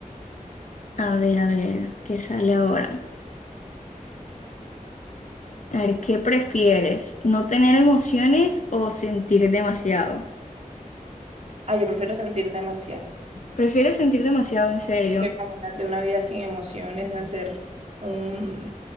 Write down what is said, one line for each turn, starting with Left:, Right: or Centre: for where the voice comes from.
Left: a ver, a ver, ¿qué sale ahora? A ver, ¿qué prefieres? ¿No tener emociones o sentir demasiado?
Right: Ah, yo prefiero sentir demasiado.
Left: ¿Prefieres sentir demasiado en serio?
Right: Porque imagínate una vida sin emociones, hacer un,